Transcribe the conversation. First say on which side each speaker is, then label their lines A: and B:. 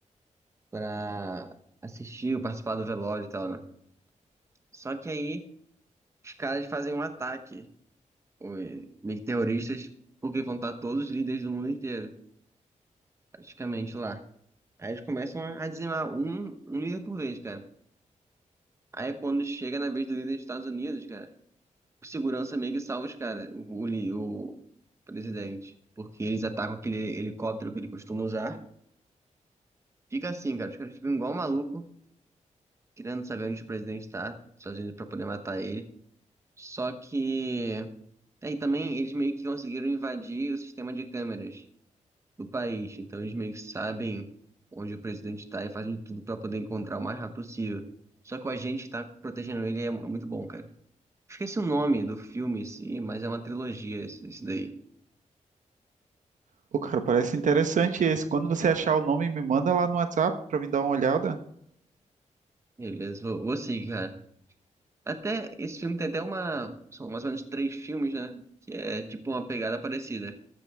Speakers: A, on the right; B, on the right.
A: pra assistir ou participar do velório e tal, né? Só que aí os caras fazem um ataque, os meio que terroristas, porque vão estar todos os líderes do mundo inteiro, praticamente lá. Aí eles começam a a dizimar um, um líder por vez, cara. Aí quando chega na vez do líder dos Estados Unidos, cara, o segurança meio que salva os caras, o, o, li- o presidente. Porque eles atacam aquele helicóptero que ele costuma usar. Fica assim, cara, os caras ficam igual maluco, querendo saber onde o presidente tá, sozinho pra poder matar ele. Só que. Aí também eles meio que conseguiram invadir o sistema de câmeras do país. Então eles meio que sabem onde o presidente tá e fazem tudo pra poder encontrar o mais rápido possível. Só que o agente que tá protegendo ele é mu- é muito bom, cara. Esqueci o nome do filme em si, mas é uma trilogia esse, esse daí.
B: Ô, cara, parece interessante esse. Quando você achar o nome, me manda lá no WhatsApp pra me dar uma olhada.
A: Beleza, vou, vou seguir, cara. Até, esse filme tem até uma, são mais ou menos três filmes, né? Que é tipo uma pegada parecida.